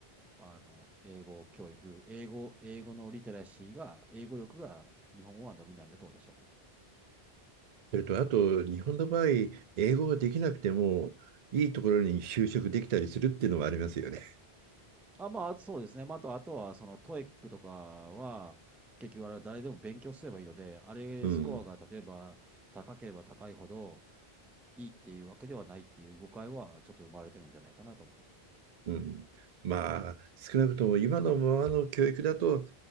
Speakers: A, in the centre; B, on the right.
A: あの、英語教育、英語、英語のリテラシーが、英語力が日本語は伸びないんだと私は思ってます。
B: それと、あと、日本の場合、英語ができなくても、いいところに就職できたりするっていうのもありますよね。
A: あ、まあ、そうですね。まあ、あと、あとは、その、トエックとかは、結局あれは誰でも勉強すればいいので、あれスコアが例えば高ければ高いほど
B: <laughs> うん。
A: いいっていうわけではないっていう誤解はちょっと生まれてるんじゃないかなと思います。
B: うん。まあ、少なくとも今のままの教育だと、